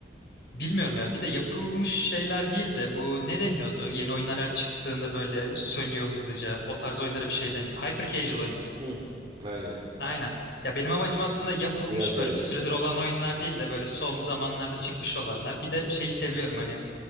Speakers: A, on the left; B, on the right.
A: bilmiyorum ya. Bir de yapılmış şeyler değil de bu ne deniyordu? Yeni oyunlar her çıktığında böyle sönüyor hızlıca. O tarz oyunlara bir şey deniyor. Hyper casual oyunlar.
B: Hı, aynen.
A: Aynen. Ya benim amacım aslında yapılmış
B: Biraz da
A: böyle
B: öyle.
A: bir süredir olan oyunlar değil de böyle son zamanlarda çıkmış olanlar. Bir de şeyi seviyorum hani.